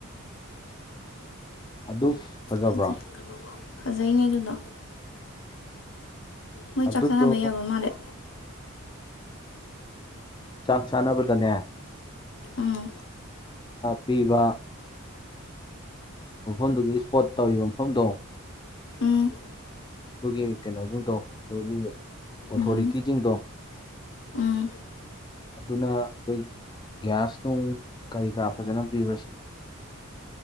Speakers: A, on the left; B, on the left.
A: ꯑꯗꯨ ꯐꯖꯕ꯭ꯔꯥ
B: ꯐꯖꯩ ꯐꯖꯩꯅꯦ ꯑꯗꯨꯗꯣ ꯃꯣꯏ
A: ꯑꯗꯨꯗꯣ
B: ꯆꯥꯛ ꯆꯥꯟꯅꯕ ꯌꯥꯕ ꯃꯥꯜꯂꯦ
A: ꯆꯥꯛ ꯆꯥꯅꯕꯗꯅꯦ
B: ꯎꯝ
A: ꯄꯤꯕ ꯃꯐꯝꯗꯨꯒꯤ ꯏꯁꯄꯣꯠ ꯇꯧꯔꯤꯕ ꯃꯐꯝꯗꯣ
B: ꯎꯝ
A: ꯑꯗꯨꯒꯤ ꯀꯩꯅꯣꯁꯤꯡꯗꯣ ꯑꯗꯨꯒꯤ ꯑꯣꯊꯣꯔꯤꯇꯤꯁꯤꯡꯗꯣ
B: ꯎꯝ ꯎꯝ
A: ꯑꯗꯨꯅ ꯑꯩꯈꯣꯏ ꯒ꯭ꯌꯥꯁ ꯅꯨꯡ ꯀꯔꯤ ꯀꯔꯥ ꯐꯖꯅ ꯄꯤꯔ ꯁꯤꯅꯦ